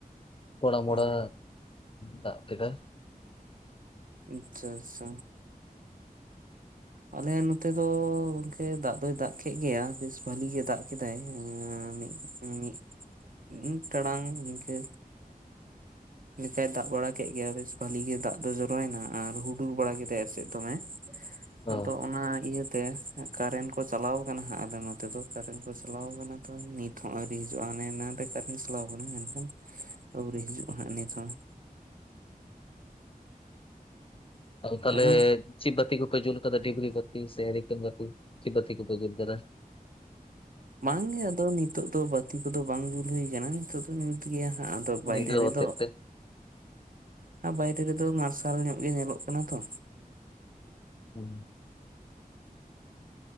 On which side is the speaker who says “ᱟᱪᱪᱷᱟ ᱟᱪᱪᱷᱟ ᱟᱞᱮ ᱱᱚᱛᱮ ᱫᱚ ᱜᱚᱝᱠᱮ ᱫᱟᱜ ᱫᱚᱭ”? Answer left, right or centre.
Right